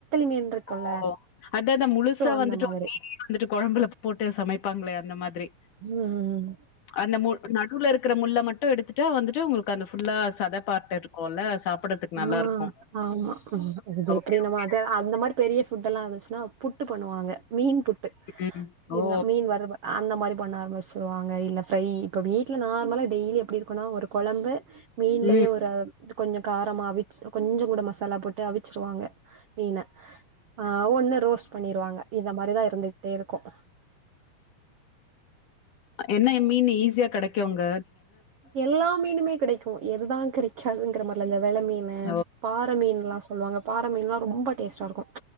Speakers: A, on the right; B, on the left.
A: மீன் இருக்குல்ல
B: ஓ அதத்தா முழுசா
A: சோ அந்த
B: வந்துட்டு
A: மாதிரி
B: ஒரு மீன வந்துட்டு குழம்புல போட்டு சமைப்பாங்களே அந்த மாரி திரி
A: ம்
B: அந்த முள் நடுல இருக்கிற முள்ள மட்டும் எடுத்துட்டா வந்துட்டு உங்களுக்கு அந்த ஃபுல்லா சத பார்ட் இருக்கும்ல சாப்பிடறதுக்கு
A: ஆ
B: நல்லாருக்கும்.
A: ஆமா வீக்லி
B: ஓகே,
A: நம்ம
B: ஓகே.
A: அத அந்த மாரி பெரிய ஃபுட்டெல்லாம் இருந்துச்சுன்னா புட்டு பண்ணுவாங்க மீன் புட்டு
B: ம்.
A: இன
B: ஓ!
A: மீன் வருவ அந்த மாரி பண்ண ஆரம்பிச்சுருவாங்க இல்ல ஃப்ரை இப்ப வீட்டுல நார்மலா டெய்லி எப்டி இருக்கும்னா ஒரு குழம்பு மீன்லயே
B: ம்.
A: ஒரு கொஞ்சம் காரமா அவிச்சு கொஞ்சம் கூட மசாலா போட்டு அவிச்சிருவாங்க நீங்க ஆ ஒண்ணு ரோஸ்ட் பண்ணிருவாங்க இத மாரிதான் இருந்துகிட்டே இருக்கும் <inaudible>
B: என்ன மீணு ஈஸியா கெடைக்கும் அங்க
A: எல்லா மீனுமே கெடைக்கும் எதுதான் கெடைக்காதுங்கற மாரி இல்ல எவ் வெல மீனு
B: ஓ
A: பாற மீன்லாம் சொல்லுவாங்க பார மீன்ல்லாம் ரொம்ப டேஸ்டா இருக்கும்